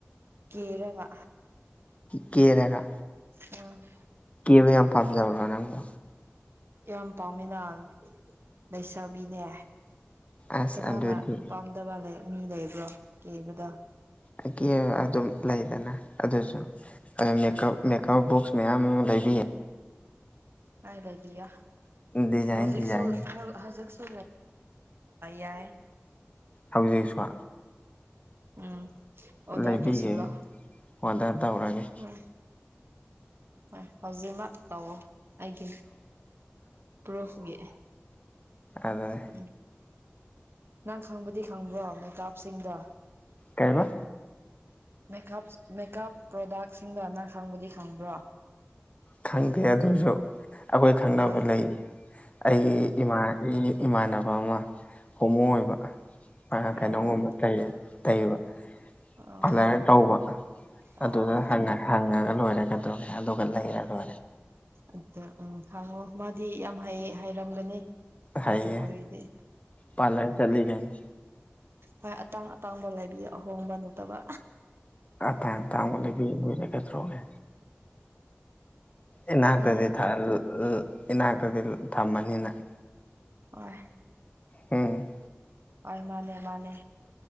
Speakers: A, on the right (about 60°); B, on the left (about 30°).
A: ꯀꯦꯔꯒ
B: ꯀꯦ ꯔꯦꯒꯒꯥ
A: ꯑꯝ
B: ꯀꯦꯕ ꯌꯥꯝ ꯄꯥꯝꯖꯕ꯭ꯔꯥ ꯅꯪꯕꯣ
A: ꯌꯥꯝ ꯄꯥꯝꯃꯤꯅ ꯂꯩꯁꯥꯕꯤꯅꯦ
B: ꯑꯁ
A: ꯀꯅꯥꯅ
B: ꯑꯗꯨꯗꯤ
A: ꯄꯝ ꯗꯕꯥ ꯂꯩ ꯃꯤ ꯂꯩꯕ꯭ꯔꯣ ꯌꯦꯕꯗ
B: ꯀ <unintelligible> ꯑꯗꯨꯝ ꯂꯩꯗꯅ ꯑꯗꯨꯁꯨ ꯃꯦꯀꯞ ꯃꯦꯀꯞ ꯕꯣꯛꯁ ꯃꯌꯥꯝ ꯑꯃ ꯂꯩꯕꯤ
A: ꯍꯥꯏ ꯂꯩꯕꯤꯌꯣ
B: ꯗꯤꯖꯥꯏꯟ
A: ꯍꯧꯖꯤꯛꯁꯨ
B: ꯗꯤꯖꯥꯏꯟ
A: ꯍꯧꯖꯤꯛꯁꯨ ꯌꯥꯏ
B: ꯍꯧꯖꯤꯛꯁꯨ
A: ꯎꯝ ꯑꯣꯗꯔ
B: ꯂꯩꯕꯤꯒꯦ
A: ꯇꯧꯁꯤꯂꯣ
B: ꯑꯣꯗꯔ ꯇꯧꯔꯒꯦ
A: ꯎꯝ ꯍꯣꯏ ꯍꯧꯖꯤꯛꯃꯛ ꯇꯧꯑꯣ ꯑꯩꯒꯤ ꯄ꯭ꯔꯨꯐꯒꯤ
B: ꯑꯗꯨꯅꯦ
A: ꯎꯝ ꯅꯪ ꯈꯪꯕꯗꯤ ꯈꯪꯕ꯭ꯔꯣ ꯃꯦꯀꯞꯁꯤꯡꯗꯣ
B: ꯀꯩꯑꯕ
A: ꯃꯦꯀꯞ ꯃꯦꯀꯞ ꯄ꯭ꯔꯣꯗꯛꯁꯤꯡꯗꯣ ꯅꯪ ꯈꯪꯕꯨꯗꯤ ꯈꯪꯕ꯭ꯔꯣ
B: ꯈꯪꯗꯦ ꯑꯗꯨꯁꯨ ꯑꯩꯈꯣꯏ ꯈꯪꯅꯕ
A: ꯈꯪ
B: ꯂꯩ ꯑꯩꯒꯤ ꯏꯃꯥ ꯑꯩꯒꯤ ꯏꯃꯥꯟꯅꯕ ꯑꯃ ꯍꯣꯃꯣ ꯑꯣꯏꯕ
A: ꯑꯣ
B: ꯀꯩꯅꯣꯒꯨꯝꯕ ꯀꯩ ꯇꯩꯕ
A: ꯑꯣ
B: ꯄꯥꯂꯔ ꯇꯧꯕ
A: ꯑꯣ
B: ꯑꯗꯨꯗ ꯍꯪꯉꯒ ꯂꯣꯏꯔꯒꯗꯧꯔꯦ ꯑꯗꯨꯒ ꯂꯩꯔ ꯂꯣꯏꯔꯦ
A: ꯑꯗ ꯎꯝ ꯍꯥꯡꯉꯣ ꯃꯥꯗꯤ ꯌꯥꯝ ꯍꯥꯏꯔꯝꯒꯅꯤ
B: ꯍꯩꯌꯦ
A: ꯑꯗꯨ ꯑꯣꯏꯔꯗꯤ
B: ꯄꯥꯔꯂꯔ ꯆꯠꯂꯤ ꯀꯩꯅꯣ
A: ꯍꯣꯏ ꯑꯇꯥꯡ ꯑꯇꯥꯡꯕ ꯂꯩꯕꯤ ꯑꯍꯣꯡꯕ ꯂꯩꯇꯕ
B: ꯑꯥ ꯇꯥꯡ ꯇꯥꯡꯕ ꯂꯩ ꯂꯩ ꯈꯗ꯭ꯔꯣꯒꯦ ꯏꯅꯥꯛꯇꯗꯤ
A: ꯑꯩ
B: ꯊꯜ ꯏꯅꯥꯛꯇꯗꯤ ꯊꯝꯃꯅꯤ ꯅꯪ
A: ꯍꯣꯢ
B: ꯎꯝ
A: ꯍꯣꯏ ꯃꯥꯅꯦ ꯃꯥꯅꯦ